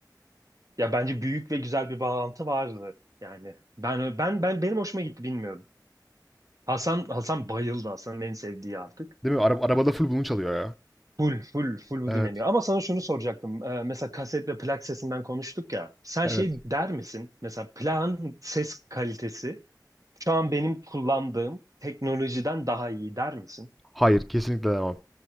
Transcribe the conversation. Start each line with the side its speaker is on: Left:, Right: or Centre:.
Right: Ya bence büyük ve güzel bir bağlantı vardı. Yani ben ben ben benim hoşuma gitti bilmiyorum. Hasan Hasan bayıldı Hasan'ın en sevdiği artık.
Centre: Değil mi? Ara- arabada full bunu çalıyor ya.
Right: Full full full bu
Centre: Evet,
Right: dinleniyor. Ama sana şunu soracaktım. Ee, mesela kaset ve plak sesinden konuştuk ya. Sen
Centre: evet.
Right: şey der misin? Mesela plağın ses kalitesi şu an benim kullandığım teknolojiden daha iyi der misin?
Centre: Hayır, kesinlikle demem.